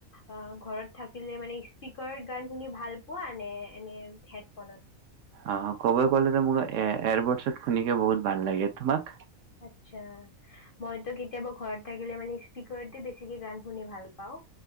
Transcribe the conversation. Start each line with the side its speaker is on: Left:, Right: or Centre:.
Left: অ', ঘৰত থাকিলে মানে স্পিকাৰত গান শুনি ভাল পোৱা নে এনে হেডফোনত?
Right: অ', ক'ব গ'লে যে মোক এয়াৰবৰ্টচত শুনিকে বহুত ভাল লাগে, তোমাক?
Left: আত্ছা মইতো কেতিয়াবা ঘৰত থাকিলে মানে স্পিকাৰ দি বেছ বেছিকে গান শুনি ভাল পাওঁ